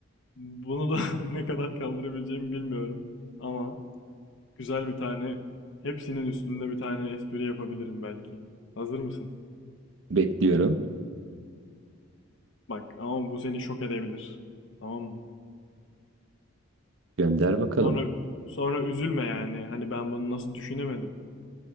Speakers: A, on the left; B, on the right.
A: bunu da <laughs> ne kadar kaldırabileceğimi bilmiyorum. Ama güzel bir tane hepsinin üstünde bir tane espri yapabilirim belki. Hazır mısın?
B: Bekliyorum.
A: Bak ama bu seni şok edebilir. Tamam mı?
B: Gönder bakalım.
A: Sonra sonra üzülme yani. Hani ben bunu nasıl düşünemedim.